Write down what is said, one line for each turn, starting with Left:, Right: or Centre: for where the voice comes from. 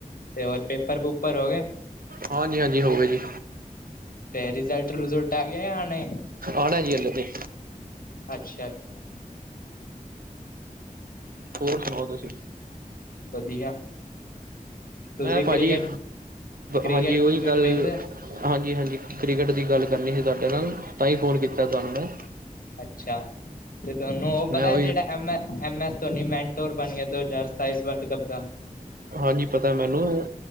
Left: ਤੇ ਹੋਰ ਪੇਪਰ ਪੂਪਰ ਹੋ ਗਏ?
Right: ਹਾਂਜੀ-ਹਾਂਜੀ ਹੋਗੇ ਜੀ,
Left: ਤੇ ਰਿਜ਼ਲਟ ਰੂਜ਼ਲਟ ਆ ਗਿਆ‌ ਜਾ ਆਣਾ,
Right: ਆਣਾ ਹਾਲੇ ਤੇ,
Left: ਅੱਛਾ-ਅੱਛਾ,
Right: ਹੋਰ ਸੁਣਾਓ ਤੁਸੀਂ?
Left: ਵਧੀਆ। ਤੁਸੀਂ
Right: ਮੈਂ
Left: ਕ੍ਰਿਕਟ
Right: ਭਾਜੀ,
Left: ਕ੍ਰਿਕਟ
Right: ਹਾਂਜੀ, ਉਹੀ
Left: ਕ੍ਰਿਕਟ
Right: ਗੱਲ।
Left: ਵੇਖਦੇ ਹੋ
Right: ਹਾਂਜੀ, ਹਾਂਜੀ, ਕ੍ਰਿਕਟ ਦੀ ਗੱਲ ਕਰਨੀ ਸੀ ਤੁਹਾਡੇ ਨਾਲ। ਤਾਂ ਹੀ ਫੋਨ ਕੀਤਾ ਤੁਹਾਨੂੰ ਮੈਂ
Left: ਅੱਛਾ, ਤੇ ਤੁਹਾਨੂੰ ਉਹ ਪਤਾ
Right: ਮੈਂ ਉਹੀ
Left: ਜਿਹੜਾ M M S Dhoni mentor ਬਣ ਗਿਆ ਦੋ ਹਜ਼ਾਰ ਸਤਾਈਸ ਵਰਲਡ ਕੱਪ ਦਾ।
Right: ਹਾਂਜੀ ਪਤਾ ਮੈਨੂੰ।